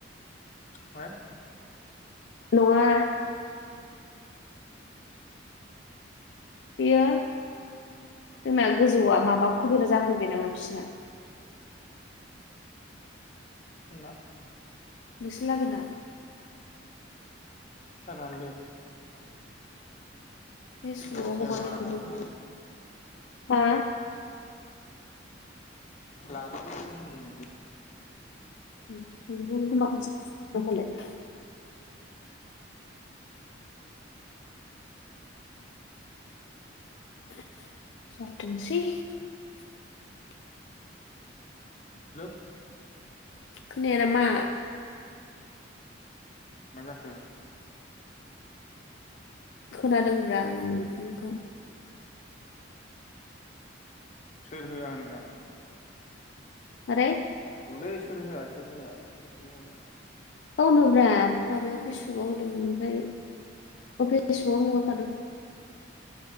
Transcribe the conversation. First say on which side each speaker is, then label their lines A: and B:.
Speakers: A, on the left (about 40°); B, on the left (about 65°).
A: मा
B: नङा बेयो जोंना गोजौआ माबा कबिरा जाफैबाय नामा बिसिना
A: ओंना
B: नोंसोलागोना
A: जानोलै
B: फेस बुकाव
A: जाया
B: हगारनाय
A: लानोसै
B: नुदों
A: होनदोंमोन
B: हा
A: लाफैनो होनदोंमोनलै
B: <unintelligible> <unintelligible>
A: हेलौ
B: खोनाया नामा
A: मा जाखो
B: खोनादोंब्रा आं नोंनिखौ
A: सोर होया होनदां
B: मारै
A: औलै सोर होया सोर होया पेसबुकआव हरलाय
B: गावनोब्रा माबायाव फेसबुकआव होदों ओमफ्राय गाव फेसबुकआव हगारफादों